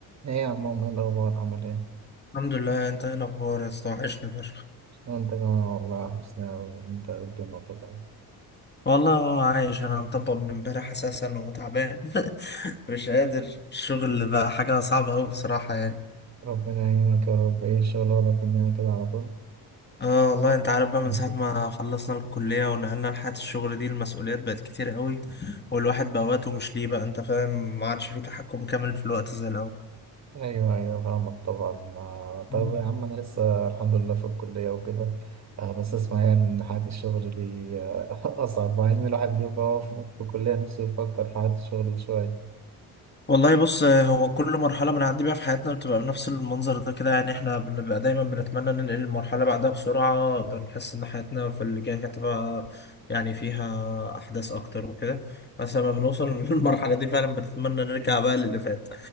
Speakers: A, on the right; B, on the left.
A: ايه يا عمو ايه الاخبار عامل ايه
B: الحمد لله انت ايه الاخبار يا اسطى وحشني فشخ
A: وانت كمان والله حسنا أوي. انت إيه الدنيا كده
B: والله هو عايش انا مطبق من امبارح اساسا وتعبان <laughs> مش قادر الشغل بقى حاجه صعبه قوي بصراحه يعني
A: ربنا يعينك يا رب ايه الشغل واخدك مننا كده على طول
B: اه والله انت عارف بقى من
A: <laughs>
B: ساعه ما خلصنا الكليه ونقلنا لحياه الشغل دي المسؤوليات بقت كتير قوي والواحد بقى وقته مش ليه بقى انت فاهم ما عادش فيه تحكم كامل في الوقت زي
A: ايوه ايوه فاهمك طبعا آه،
B: الاول
A: طب يا عم انا لسه الحمد لله في الكليه وكده آه، بس اسمع يعني ان حياه الشغل دي آه، <laughs> اصعب مع ان الواحد بيبقى هو في في الكليه نفسه يفكر في حياه الشغل دي شويه
B: والله بص آه، هو كل مرحلة بنعدي بيها في حياتنا بتبقى بنفس المنظر ده كده يعني احنا بنبقى دايما بنتمنى ننقل المرحلة بعدها بسرعة بنحس ان حياتنا في اللي جاي هتبقى يعني فيها أحداث أكتر وكده بس لما بنوصل <laughs> للمرحلة دي فعلا بنتمنى نرجع بقى للي فات